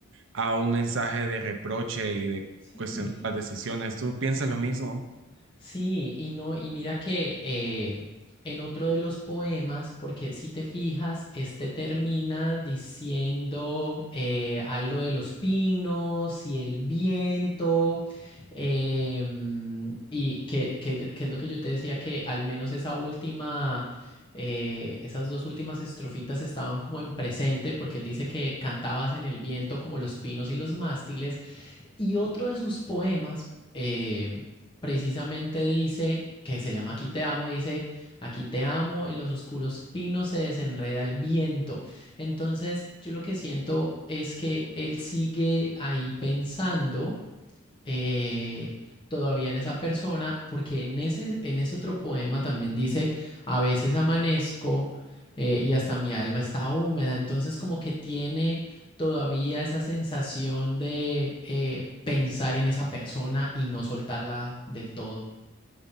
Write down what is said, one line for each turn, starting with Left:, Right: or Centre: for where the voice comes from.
Right: a un mensaje de reproche y de
Left: sí.
Right: cuestionar las decisiones. ¿Tú piensas lo mismo?
Left: Sí, y no, y mira que eh, en otro de los poemas, porque si te fijas, este termina diciendo eh, algo de los pinos y el viento, em, y que, que- que es lo que yo te decía, que al menos esa última, eh, esas dos últimas estrofitas estaban como en presente, porque él dice que cantabas en el viento como los pinos y los mástiles. Y otro de sus poemas eh, precisamente dice, que se llama Aquí te amo, dice, aquí te amo, en los oscuros pinos se desenreda el viento. Entonces yo lo que siento es que él sigue ahí pensando eh, todavía en esa persona, porque en ese, en ese otro poema también dice, a veces amanezco eh, y hasta mi alma está húmeda, entonces como que tiene todavía esa sensación de eh, pensar en esa persona y no soltarla del todo.